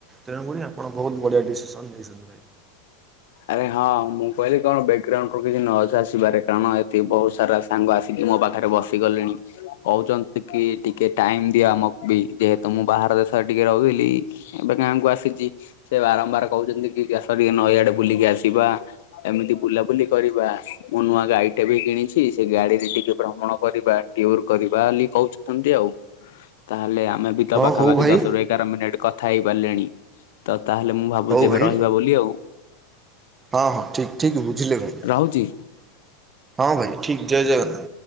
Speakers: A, on the right; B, on the left.
A: ତେଣୁକରି ଆପଣ ବହୁତ ବଢ଼ିଆ ଡିସିସନ ନେଇଛନ୍ତି।
B: ଆରେ ହଁ ମୁଁ କହିଲି କଣ ବ୍ୟାକଗ୍ରାଉଣ୍ଡ ରୁ କିଛି ନଜ ଆସିପାରେ କାରଣ ଏଠି ବହୁତ ସାରା ସାଙ୍ଗ ଆସିକି ମୋ ପାଖରେ ବସିଗଲେଣି। କହୁଛନ୍ତି କି ଟିକେ ଟାଇମ ଦିଅ ଆମକୁ ବି ଯେହେତୁ ମୁଁ ବାହାର ଦେଶରେ ଟିକେ ରହୁଥିଲି। ଏବେ ଗାଁକୁ ଆସିଛି। ସେ ବାରମ୍ବାର କହୁଛନ୍ତି କି ଆସ ଟିକେ ନଈଆଡେ ବୁଲିକି ଆସିବା। ଏମିତି ବୁଲାବୁଲି କରିବା ମୁଁ ନୂଆଗାଡିଟେ ବି କିଣିଛି ସେ ଗାଡିରେ ଟିକେ ଭ୍ରମଣ କରିବା। ଟିଉର କରିବା ବୋଲି କହୁଛନ୍ତି ଆଉ ତାହେଲେ ଆମେ ବି ତ
A: ହଁ
B: ପାଖାପାଖି
A: ହଉ ଭାଇ
B: ଦଶରୁ ଏଗାର ମିନିଟ୍ କଥା ହେଇ ପାରିଲେଣି। ତ ତାହେଲେ ମୁଁ ଭାବୁଛି
A: ହଉ ଭାଇ
B: ଏବେ ରହିବା ବୋଲି ଆଉ।
A: ହଁ ହଁ ଠିକ୍ ଠିକ୍ ବୁଝିଲେ। ଭାଇ
B: ରହୁଛି।
A: ହଁ ଭାଇ ଠିକ୍ ଜୟ ଜଗନ୍ନାଥ।